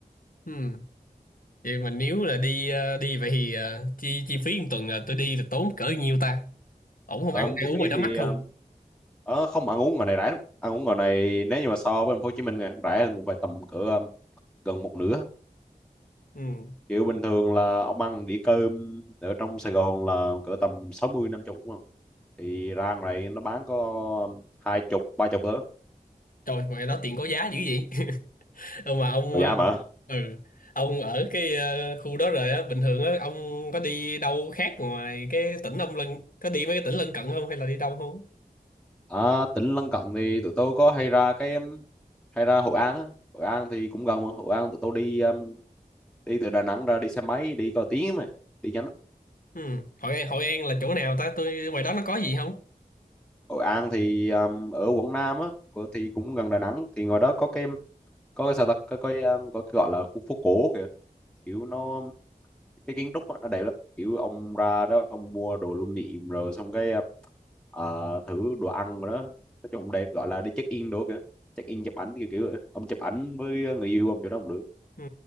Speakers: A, on the left; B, in the centre.
A: Ừ. Vậy mà nếu là đi ờ, đi vậy thì ờ, chi chi phí một tuần là tôi đi là tốn cỡ nhiêu ta? Ổn không
B: Ờ,
A: ăn ăn
B: chi
A: uống
B: phí
A: ngoài đó
B: thì
A: mắc không?
B: Ờ, không ăn uống ngoài này rẻ lắm ăn uống ngoài này nếu như mà so với thành phố Hồ Chí Minh này, rẻ hơn cũng phải tầm cỡ um, gần một nửa
A: Ừ.
B: kiểu bình thường là ông ăn đĩa cơm ở trong Sài Gòn là cỡ tầm 60 50 đúng không thì ra ngoài này nó bán có um, hai chục ba chục nữa
A: Trời ngoài đó tiền có giá dữ vậy. <laughs> Ừ, mà ông
B: còn
A: ờ,
B: giá mà
A: ừ ông ở cái ờ, khu đó rồi á bình thường á ông có đi đâu khác ngoài cái tỉnh ông lân có đi mấy cái tỉnh lân cận không hay là đi đâu không?
B: à, tỉnh lân cận thì tụi tôi có hay ra cái um, hay ra Hội An á Hội An thì cũng gần mà. Hội An tụi tôi đi um, đi từ Đà Nẵng ra đi xe máy đi có tiếng mà đi nhanh lắm.
A: Ừ. Hội An Hội An là chỗ nào ta tôi ngoài đó nó có gì không
B: Hội An thì um, ở quận Nam á của- thì cũng gần Đà Nẵng thì ngoài đó có cái có cái sao ta có cái ờ, có cái gọi là khu phố cổ kìa kiểu nó cái kiến trúc á, nó đẹp lắm kiểu ông ra đó ông mua đồ lưu niệm rồi xong cái ờ, ờ, thử đồ ăn rồi đó nói chung đẹp gọi là đi check in đồ kìa check in chụp ảnh kiểu kiểu vậy. ông chụp ảnh với người yêu ông chỗ đó cũng được
A: ừ.